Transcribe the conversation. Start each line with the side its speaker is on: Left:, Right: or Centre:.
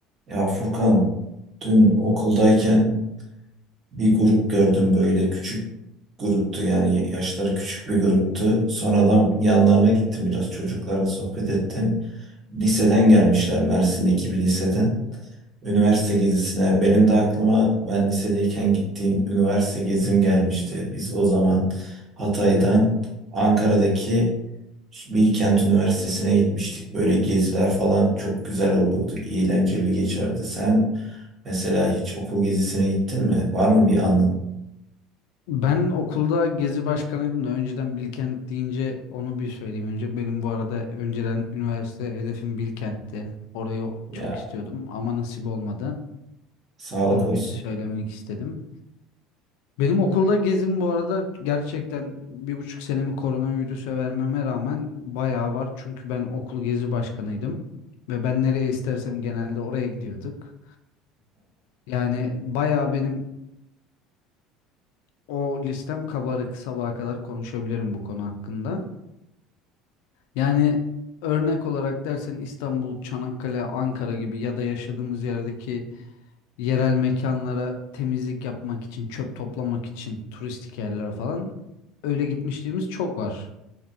Right: Ya Furkan, dün okuldayken bir grup gördüm böyle küçük gruptu yani yaşları küçük bir gruptu. Sonradan yanlarına gittim biraz çocuklarla sohbet ettim. Liseden gelmişler Mersin'deki bir liseden. Üniversite gezisine benim de aklıma ben lisedeyken gittiğim üniversite gezim gelmişti. Biz o zaman Hatay'dan Ankara'daki Bilkent Üniversitesi'ne gitmiştik. Böyle geziler falan çok güzel olurdu. Eğlenceli geçerdi. Sen mesela hiç okul gezisine gittin mi? Var mı bir anın?
Left: Ben okulda gezi başkanıydım da önceden Bilkent deyince onu bir söyleyeyim önce. Benim bu arada önceden üniversite hedefim Bilkent'ti. Orayı
Right: Ya
Left: çok istiyordum ama nasip olmadı.
Right: sağlık
Left: Onu
Right: olsun.
Left: bir söylemek istedim. Benim okulda gezim bu arada gerçekten bir buçuk senemi koronavirüse vermeme rağmen bayağı var. Çünkü ben okul gezi başkanıydım. Ve ben nereye istersem genelde oraya gidiyorduk. Yani bayağı benim o listem kabarık sabaha kadar konuşabilirim bu konu hakkında. Yani örnek olarak dersen İstanbul, Çanakkale, Ankara gibi ya da yaşadığımız yerdeki yerel mekanlara temizlik yapmak için, çöp toplamak için turistik yerler falan öyle gitmişliğimiz çok var.